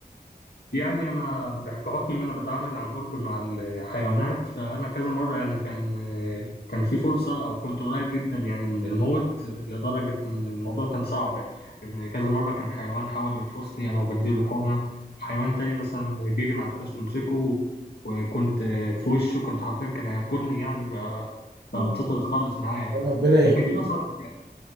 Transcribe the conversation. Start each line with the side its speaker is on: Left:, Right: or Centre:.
Left: يعني أنا بحكم إن أنا بتعامل عن قرب مع الحيوانات فأنا كذا مرة يعني كان كان في فرصة أو كنت قريب جدا يعني من الموت لدرجة إن الموضوع كان صعب إن كذا مرة كان حيوان حاول يرفسني أنا وبديله حقنة حيوان تاني مثلا جري معرفناش نمسكه وكنت في وشه وكنت حرفيا كان هياكلني يعني ف- فاتسطرت
Right: مم.
Left: خالص معايا يعني
Right: ربنا يحميك
Left: يمكن دي أصعب حاجة